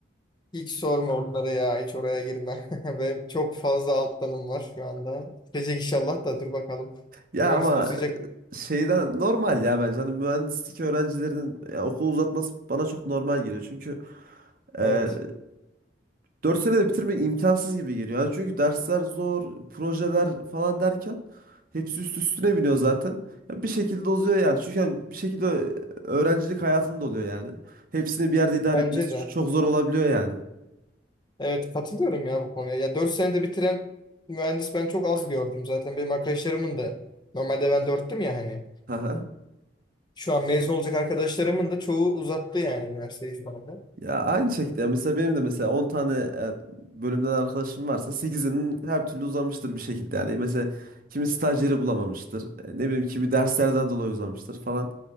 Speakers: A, on the left (about 25°); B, on the right (about 50°).
A: Hiç sorma onlara ya. Hiç oraya girme. <laughs> Benim çok fazla alt dalım var şu anda. Bitecek inşallah da dur bakalım.
B: Ya
A: Üniversite
B: ama
A: uzayacak.
B: şeyden normal ya bence. Hani mühendislik öğrencilerinin ya, okul uzatması bana çok normal geliyor. Çünkü
A: Evet.
B: e, 4 senede bitirmek imkansız gibi geliyor. Yani çünkü dersler zor, projeler falan derken hepsi üst üstüne biniyor zaten. Ya bir şekilde uzuyor yani. Çünkü yani bir şekilde ö- öğrencilik hayatında oluyor yani. Hepsini bir yerde idare
A: Bence
B: etmesi
A: de.
B: ç- çok zor olabiliyor yani.
A: Evet katılıyorum ya bu konuya. Ya 4 senede bitiren mühendis ben çok az gördüm zaten. Benim arkadaşlarımın da normalde ben 4'tüm ya hani.
B: Haha.
A: Şu an mezun olacak arkadaşlarımın da çoğu uzattı yani üniversiteyi şu anda.
B: Ya aynı şekilde ya mesela benim de mesela 10 tane e, bölümden arkadaşım varsa sekizinin her türlü uzamıştır bir şekilde yani. Mesela kimi staj yeri bulamamıştır. e, Ne bileyim kimi derslerden dolayı uzamıştır falan.